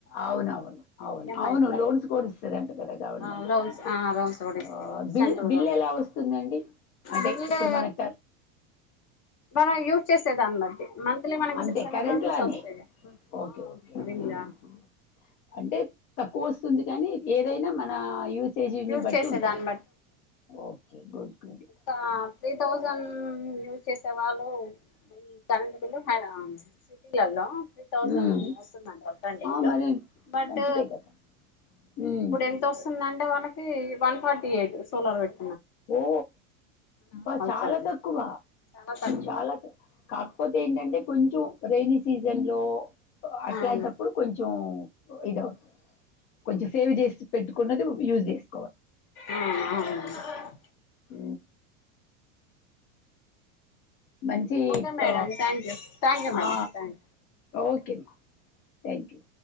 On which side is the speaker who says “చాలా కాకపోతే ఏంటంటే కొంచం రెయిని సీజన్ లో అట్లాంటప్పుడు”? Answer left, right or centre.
Left